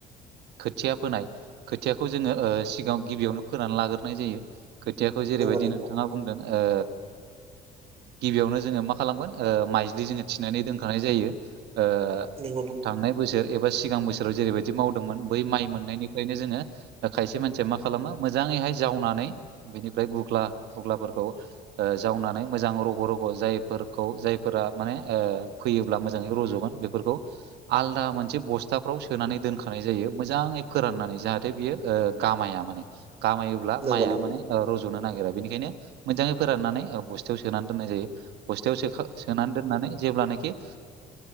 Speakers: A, on the right; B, on the right.
A: खोथिया फोनाय खोथियाखौ जोङो ओ सिगाङाव गिबियावनो फोनानै लाग्रोनाय जायो। खोथियाखौ जेरैबायदि
B: नंगौ नंगौ
A: नोंथाङा बुंदों ओ गिबियावनो जोङो मा खालामगोन ओ माइज्लि जोङो थिनानै दोनखानाय जायो। ओ
B: <unintelligible>
A: थांनाय बोसोर एबा सिगां बोसोराव जेरैबायदि मावदोंमोन बै माइ मोननायनि ओंखायनो जोङो खायसे मानसिया मा खालामो मोजाङैहाय जावनानै बेनिफ्राय गुग्ला गुग्लाफोरखौ जावनानै मोजां र रग' रग' जायफोरखौ जायफोरा माने फैयोब्ला मोजाङै रज'गोन बेफोरखौ आलदा मोनसे बस्थाफ्राव सोनानै दोनखानाय जायो मोजाङै फोराननानै जाहाथे बियो गामाया माने गामा ब्ला
B: नंगौ
A: माइया
B: नंगौ
A: माने रज'नो नागिरा बेनिखायनो मोजाङै फोराननानै बस्थायाव सोनानै दोननाय जायो बस्थायाव सोखा-सोनानै दोननानै जेब्लानाखि